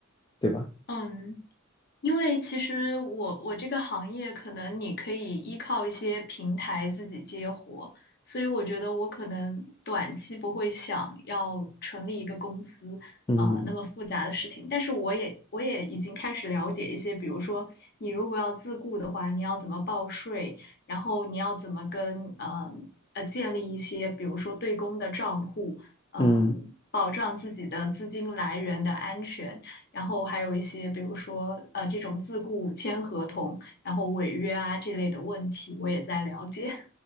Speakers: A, on the left; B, on the left.
A: 对吧？
B: 嗯，因为其实我我这个行业，可能你可以依靠一些平台自己接活，所以我觉得我可能短期不会想要成立一个公司，
A: 嗯
B: 呃，那么复杂的事情。但是我也我也已经开始了解一些，比如说你如果要自雇的话，你要怎么报税，然后你要怎么跟呃呃建立一些，比如说对公的账户，嗯、
A: 嗯。
B: 保障自己的资金来源的安全。然后还有一些，比如说呃这种自雇签合同，然后违约啊这类的问题，我也在了解。<laughs>